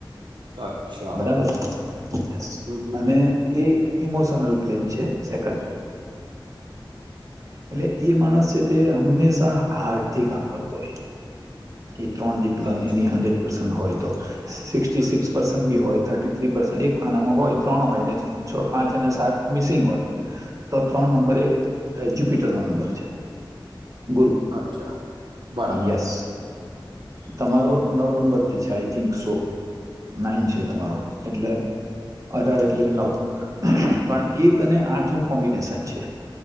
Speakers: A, on the right; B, on the right.
A: અચ્છા.
B: બરાબર છે
A: હમ, હમ,
B: અને
A: હમ.
B: એ ઇમોશનલ પ્લેન છે સેકન્ડ એટલે એ માણસ છે તે હંમેશા હાર્ટ થી કામ કરતો હોય. એ ત્રણ જે પ્લેન
A: અચ્છા,
B: એની હન્ડ્રેડ પર્સન્ટ હોય તો. સિક્સ સિક્સ પર્સન્ટ બી હોય થર્ટી થ્રી પર્સન્ટ એક ખાનામાં હોય ત્રણ હોય ને છ પાંચ અને સાત મિસિંગ હોય. તો ત્રણ નંબર એ જ્યુપિટર નો નંબર છે. ગુરુ
A: અચ્છા. બરાબર.
B: યસ તમારો નવ નંબર થી છે આઈ થિંક સો નાઈન છે તમારો એટલે અઢાર એટલે નવ પણ એક અને આઠ નું કોમ્બિનેશન છે.